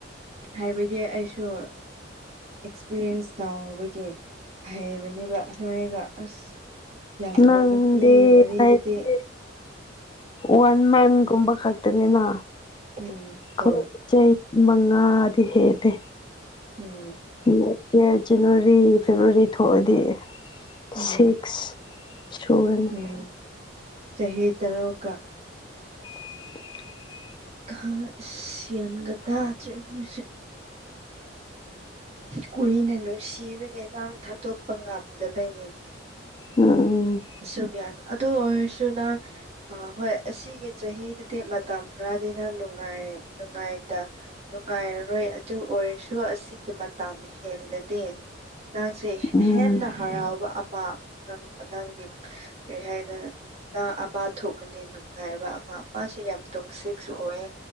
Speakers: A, on the right; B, on the left.
A: ꯍꯥꯏꯕꯗꯤ ꯑꯩꯁꯨ ꯑꯦꯛꯁꯄꯤꯔꯤꯌꯦꯟꯁ ꯥꯎꯕꯒꯤ ꯍꯩꯕꯅꯦꯕ ꯅꯣꯏꯒ ꯑꯁ ꯌꯥꯝ
B: ꯅꯪꯗꯤ
A: ꯋꯥ ꯅꯨꯄꯤ ꯋꯥꯔꯤꯗꯨꯗꯤ
B: ꯍꯥꯏꯕꯗꯤ ꯋꯥꯟ ꯃꯟꯒꯨꯝꯕ ꯈꯛꯇꯅꯤꯅ
A: ꯎꯝ ꯍꯣꯏ
B: ꯈꯛ ꯆꯩ ꯃꯉꯥꯗꯤ ꯍꯦꯜꯂꯦ
A: ꯎꯝ
B: ꯅꯦꯛꯀꯦꯌꯥꯔ ꯖꯅꯋꯥꯔꯤ ꯐꯦꯕ꯭ꯔꯨꯋꯥꯔꯤ ꯊꯣꯛꯑꯗꯤ
A: ꯎꯝ
B: ꯁꯤꯛꯁ ꯁꯨꯔꯅꯤ
A: ꯎꯝ ꯆꯍꯤ ꯇꯔꯣ ꯀ
B: <inaudible>
A: ꯈꯥꯡ ꯑꯁ ꯒ꯭ꯌꯥꯟꯒ ꯇꯥꯗ꯭ꯔꯦ ꯃꯁꯤ ꯀꯨꯏꯅ ꯅꯨꯡꯁꯤꯕꯒꯤ ꯅꯪ ꯊꯥꯗꯣꯛꯄ ꯉꯝꯗꯕꯩꯅꯤꯅꯦ
B: ꯎꯝ
A: ꯑꯁꯨꯕꯤꯌꯥꯅ ꯑꯗꯨ ꯑꯣꯏꯔꯁꯨ ꯅꯪ ꯑ ꯍꯣꯏ ꯑꯁꯤꯒꯤ ꯆꯍꯤꯗꯨꯗꯤ ꯃꯇꯝ ꯈꯔꯗꯤꯅ ꯅꯨꯡꯉꯥꯏꯔꯦ ꯅꯨꯡꯉꯥꯏꯇ ꯅꯨꯡꯉꯥꯏꯔꯔꯣꯏ ꯑꯗꯨ ꯑꯣꯏꯔꯁꯨ ꯑꯁꯤꯒꯤ ꯃꯠ__ ꯇꯝ ꯍꯦꯜꯂꯗꯤ ꯅꯪꯁꯦ ꯍꯦ
B: ꯎꯝ
A: ꯍꯦꯟꯅ ꯍꯔꯥꯎꯕ ꯑꯃ ꯅꯪ ꯑꯅꯡꯒꯤ ꯀꯔꯤ ꯍꯥꯏꯒꯗ__ ꯅꯪ ꯑꯃ ꯊꯣꯛꯀꯅꯤ ꯅꯨꯡꯉꯥꯏꯕ ꯑꯃ ꯃꯥꯁꯤ ꯌꯥꯝ ꯇꯣꯛꯁꯤꯛꯁꯨ ꯑꯣꯏꯌꯦ